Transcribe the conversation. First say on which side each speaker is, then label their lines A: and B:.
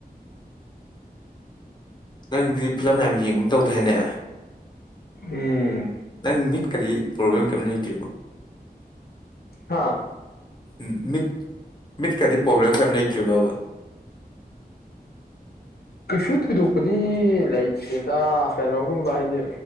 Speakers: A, on the left; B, on the left.
A: ꯅꯪꯗꯤ ꯐꯤꯂꯝ ꯌꯥꯝ ꯌꯦꯡ ꯒꯨꯝ ꯇꯧꯗꯥꯏꯅꯦ
B: ꯎꯝ
A: ꯅꯪ ꯃꯤꯠꯀꯗꯤ ꯄ꯭ꯔꯣꯕ꯭ꯂꯦꯝ ꯀꯩꯝ ꯂꯩꯇ꯭ꯔꯤꯕꯣ
B: ꯍꯥ
A: ꯎꯝ ꯃꯤꯠ ꯃꯤꯠꯀꯗꯤ ꯄ꯭ꯔꯣꯕ꯭ꯂꯦꯝ ꯀꯩꯝ ꯂꯩꯇ꯭ꯔꯤꯕꯕ
B: ꯀꯩꯁꯨ ꯊꯣꯏꯗꯣꯛꯄꯗꯤ ꯂꯩꯇꯦꯗ ꯀꯩꯅꯣꯒꯨꯝꯕ ꯍꯥꯏꯗꯤ